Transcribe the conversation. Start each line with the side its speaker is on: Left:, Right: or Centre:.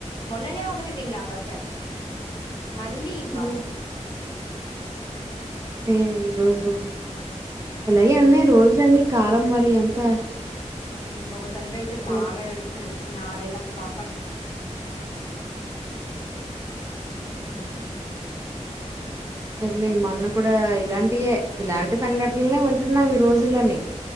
Left: మొన్ననే ఒకటి విన్నా బస్ యాక్సిడెంట్ మళ్ళీ ఇవ్వాలా
Right: హ్మ్. ఏ ఈరోోజు ఇలాగే అన్నాయి రోజులన్నీ కాలం మరి ఎంత
Left: హు మ్ ఒక తండ్రి అయితే
Right: చూ
Left: బాగా ఏడుస్తున్నాడు చిన్నా ఆరెల్ల పాపంట
Right: అయ్యో!
Left: హుమ్
Right: సరేలే మొన్న కూడా ఇలాంటియే ఇలాంటి సంఘటన్లే వింటున్నా మీ రోజులని